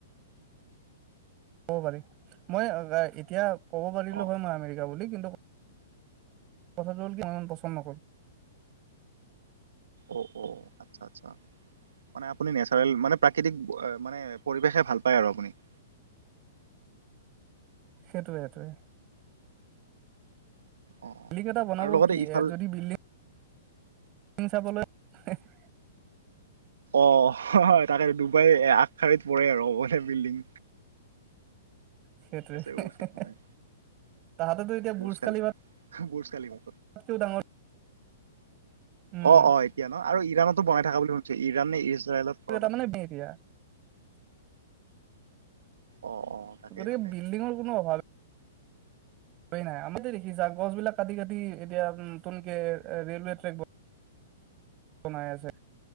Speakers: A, on the right (about 35°); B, on the right (about 80°).
A: ক'ব পাৰি মই আ এতিয়া ক'ব পাৰিলো
B: অ
A: হয় মই আমেৰিকা বুলি কিন্তু কথাটো হল কি ইমান পচন্দ নকৰ
B: অ অ আচ্ছা আচ্ছা মানে আপুনি নেচাৰেল মানে প্ৰাকৃতিক আ মানে পৰিৱেশে ভাল পায় আৰু আপুনি <inaudible>
A: সেইটোৱে সেইটোৱে।
B: অ অ
A: বিল্ডিং এটা বনাব
B: আৰু লগতে
A: কি
B: ইফাল
A: এ যদি বিল্ডিং ম চাবলৈ <unintelligible>
B: অ হয় তাকে ডুবাই আগশাৰীত পৰে আৰু বলে বিল্ডিং।
A: সেইটোৱে
B: আছে
A: <unintelligible>
B: হয়
A: তাহাঁতেতো এতিয়া
B: বুৰ্জ
A: ভুজ
B: খালি
A: খালিফা
B: বুৰ্জ খালিফা
A: কেও ডাঙৰ উম,
B: অ অ এতিয়া ন আৰু ইৰাণতো বনাই থকা বুলি শুনিছো ইৰাণ নে ইজৰাইলত কৰ'বাত
A: তাৰমানমানে বি দিয়া <unintelligible>
B: অ অ তাকে
A: গতিকে
B: তাকে
A: বিল্ডিংৰ কোনো অভাৱ হয় নাই আমাৰতে দেখিছা গছবিলাক কাটি কাটি এতিয়া নতুনকে ৰেলৱে ট্ৰেক ব বনাই আছে